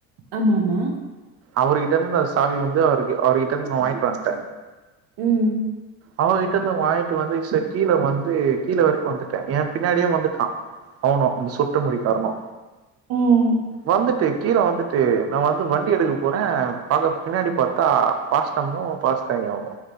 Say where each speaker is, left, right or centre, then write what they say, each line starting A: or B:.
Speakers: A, on the right (about 55°); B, on the right (about 35°).
A: ஆமாமா
B: அவருகிட்ட இருந்து அந்த சாவி வந்து அவருக்கு அவர்கிட்ட இருந்து நா வாய்ங்ட்டு வந்ட்டே
A: ம்.
B: அவ கிட்ட இருந்து வாங்கிட்டு வந்து செர் கீழ வந்து கீழ வரைக்கு வந்துட்டே ஏ பின்னாடியே வந்துட்டா அவனுஅந்த சுருட்ட முடி காரனு
A: ம்.
B: வந்துட்டு கீழ வந்துட்டு நா வந்து வண் டி எடுக்க போறே பாக்க பின்னாடி பாத்தா பாஸ்டமோ பாஸ்டயாவோ